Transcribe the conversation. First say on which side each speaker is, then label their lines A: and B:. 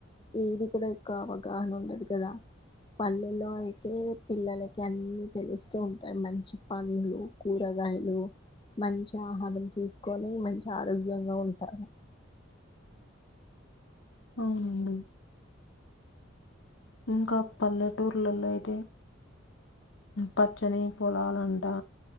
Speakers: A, on the left; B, on the left.
A: ఏది కూడ ఎక్కో అవగాహన ఉండదు కదా. పల్లెల్లో అయితే పిల్లలకి అన్నీ తెలుస్తూ ఉంటాయి. మంచి పండ్లు కూర గాయలు మంచి ఆ ఆహారం తీసుకోనీ మంచి ఆరోగ్యంగా ఉంటారు.
B: అవునండి. ఇంకా పల్లెటూర్లల్లో అయితే పచ్చనీ పొలాలంటా